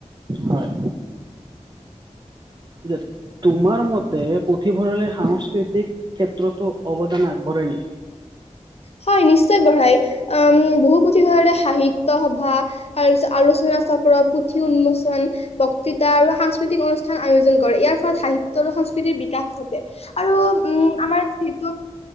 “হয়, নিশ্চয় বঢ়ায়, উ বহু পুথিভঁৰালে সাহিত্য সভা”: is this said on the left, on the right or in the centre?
Left